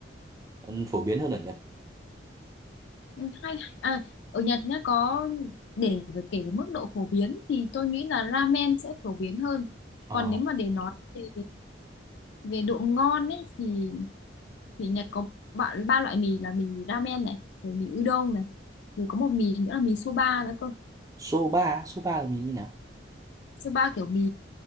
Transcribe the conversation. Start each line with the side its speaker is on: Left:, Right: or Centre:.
Right: ừ, phổ biến hơn ở Nhật
Left: Ừ, hay à, ở Nhật nhá có để về- kể về mức độ phổ biến thì tôi nghĩ là ramen sẽ phổ biến hơn
Right: Ờ
Left: còn nếu mà để nói về về độ ngon ấy thì thì Nhật có ba, ba loại mì là mì ramen này rồi mì udon này rồi có một mì nữa là mì soba nữa cơ
Right: số ba á, số ba là mình như nào?
Left: soba kiểu mì